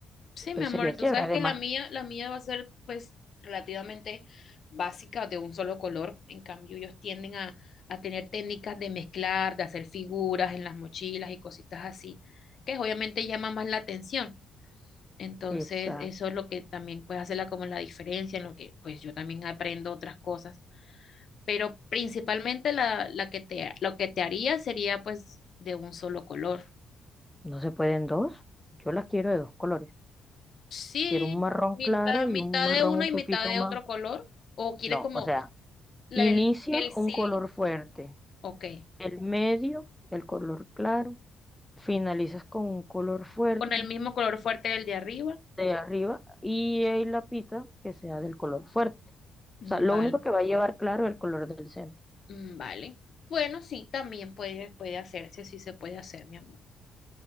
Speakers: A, on the left (about 55°); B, in the centre.
A: Sí, mi
B: Pues
A: amor,
B: sería chévere.
A: tú sabes
B: Además,
A: que la mía, la mía va a ser pues relativamente básica de un solo color. En cambio, ellos tienden a, a tener técnicas de mezclar, de hacer figuras en las mochilas y cositas así, que obviamente llama más la atención. Entonces,
B: esa
A: eso es lo que también puede hacerla como la diferencia, en lo que pues yo también aprendo otras cosas. Pero principalmente la, la que te, lo que te haría sería pues de un solo color.
B: no se pueden dos. Yo las quiero de dos colores.
A: Sí,
B: Quiero un marrón
A: mitad,
B: claro
A: mitad
B: y un marrón
A: de uno
B: un
A: y
B: poquito
A: mitad de
B: más.
A: otro color. ¿O quieres
B: No,
A: como
B: o sea,
A: la-
B: inicia
A: el, el sil-
B: un color fuerte,
A: Ok.
B: el medio, el color claro, finalizas con un color fuerte
A: Con el mismo color fuerte del de arriba.
B: de arriba y ahí la pita que sea del color fuerte.
A: Mm,
B: O sea, lo
A: Vale.
B: único que va a llevar claro es el color del centro.
A: Mm, Vale. Bueno, sí, también puede, puede hacerse, sí se puede hacer, mi amor.